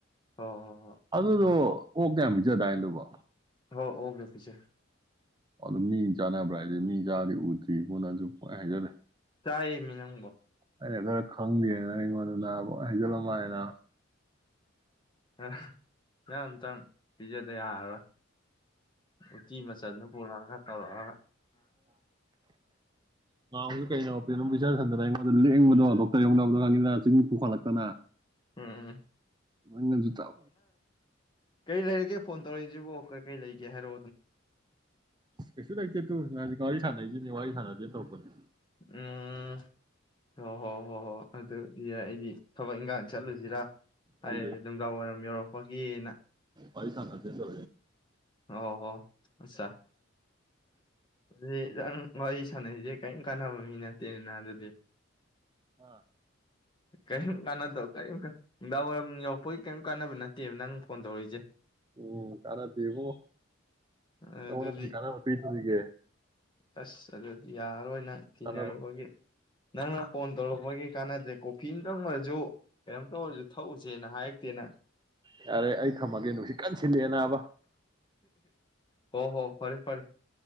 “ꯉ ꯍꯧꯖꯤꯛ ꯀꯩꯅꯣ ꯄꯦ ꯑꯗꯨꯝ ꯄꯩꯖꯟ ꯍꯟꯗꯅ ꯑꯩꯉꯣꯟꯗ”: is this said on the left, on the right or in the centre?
Right